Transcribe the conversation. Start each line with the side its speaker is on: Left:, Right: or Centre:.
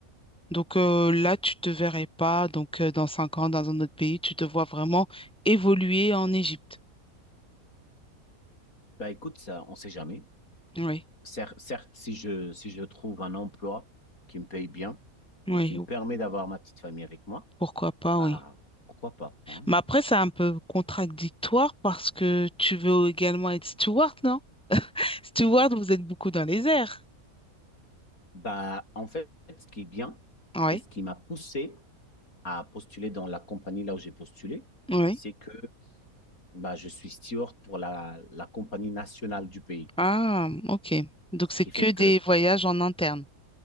Centre: Donc euh, là, tu te verrais pas, donc euh, dans cinq ans, dans un autre pays, tu te vois vraiment évoluer en Égypte.
Left: Bah écoute, ça, on sait jamais.
Centre: Oui.
Left: Cer- certes, si je, si je trouve un emploi qui me paye bien
Centre: Oui.
Left: et qui me
Centre: ou-
Left: permet d'avoir ma petite famille avec moi,
Centre: Pourquoi pas,
Left: bah
Centre: oui.
Left: pourquoi pas. ouais.
Centre: Mais après, c'est un peu contradictoire parce que tu veux également être steward, Steward, vous êtes beaucoup dans les airs.
Left: Bah en fait, ce qui est bien
Centre: Oui,
Left: et ce qui m'a poussé à postuler dans la compagnie là où j'ai postulé,
Centre: oui.
Left: c'est que bah, je suis steward pour la, la compagnie nationale du pays.
Centre: Ah, ok. Donc,
Left: Ce
Centre: c'est
Left: qui
Centre: que
Left: fait
Centre: des
Left: que,
Centre: voyages en interne.